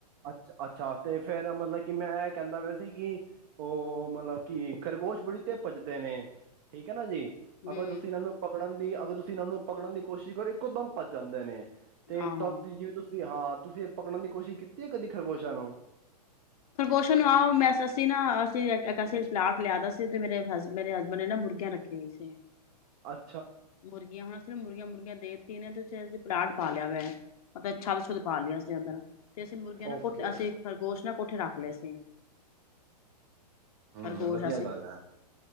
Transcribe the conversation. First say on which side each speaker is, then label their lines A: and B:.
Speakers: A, on the right; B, on the left.
A: ਅੱਛ ਅ-ਛਾ ਤੇ ਫੇਰ ਮਤਲਬ ਕਿ ਮੈਂ ਇਹ ਕਹਿੰਦਾ ਪਿਆ ਸੀ ਕਿ ਉਹ ਮਤਲਬ ਕਿ ਖਰਗੋਸ਼ ਬੜੀ ਤੇਜ ਭੱਜਦੇ ਨੇ, ਠੀਕ ਐ ਨਾ ਜੀ।
B: ਹਮ
A: ਅਗਰ ਤੁਸੀਂ ਇਹਨਾਂ ਨੂੰ ਪਕੜਨ ਦੀ, ਅਗਰ ਤੁਸੀਂ ਇਹਨਾਂ ਨੂੰ ਪਕੜਨ ਦੀ ਕੋਸ਼ਿਸ਼ ਕਰੋ ਇੱਕੋ ਦਮ ਭੱਜ ਜਾਂਦੇ ਨੇ। ਤੇ
B: ਆਹੋ
A: ਤਦ ਜਿਵੇਂ ਤੁਸੀਂ ਹਾਂ ਤੁਸੀਂ ਇਹ ਪਕੜਨ ਦੀ ਕੋਸ਼ਿਸ਼ ਕੀ ਕਿ ਐ ਕਦੀ ਖਰਗੋਸ਼ਾਂ ਨੂੰ?
B: ਖ਼ਰਗੋਸ਼ਾ ਨੂੰ ਆਹੋ ਮੈਂ, ਅਸੀਂ ਨਾ ਅਸੀਂ ਇੱਕ ਅਸੀਂ ਪਲਾਟ ਲਿਆਦਾ ਸੀ ਤੇ ਮੇਰੇ ਮੇਰੇ ਹਸਬੈਂਡ ਨੇ ਨਾ ਮੁਰਗੀਆਂ ਰੱਖੀ ਹੋਈ ਸੀ।
A: ਅੱ
B: ਮੁਰਗੀਆਂ ਉਹ ਨਾ ਸਿਰਫ ਮੁਰਗੀਆਂ, ਮੁਰਗੀਆਂ ਦੇਤੀ ਨੇ ਤੁਸੀਂ ਨਾ ਅਸੀਂ ਪਲਾਟ ਪਾ ਲਿਆ ਵੇ। ਪਤਾ ਐ ਛੱਤ ਛੁੱਤ ਪਾ ਲਈ ਐ ਅਸੀਂ ਓਧਰ ਤੇ ਅਸੀਂ ਮੁਰਗੀਆਂ
A: ਓਕੇ।
B: ਨਾ ਕੋਠੇ ਅਸੀਂ ਖਰਗੋਸ਼ ਨੇ ਕੋਠੇ ਰੱਖ ਲਏ ਸੀ,
A: ਹੂੰ,
B: ਖਰਗੋਸ਼
A: ਵਧੀਆ
B: ਅਸੀਂ
A: ਗੱਲ ਐ।